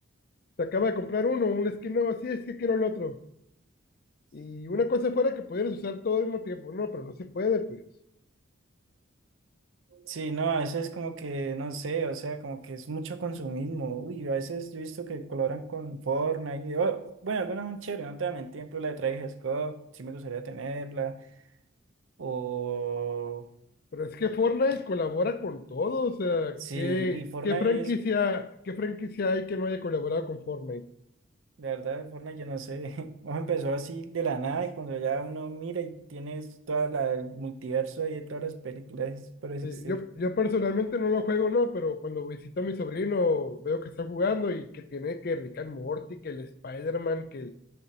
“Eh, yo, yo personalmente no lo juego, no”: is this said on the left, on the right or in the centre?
Left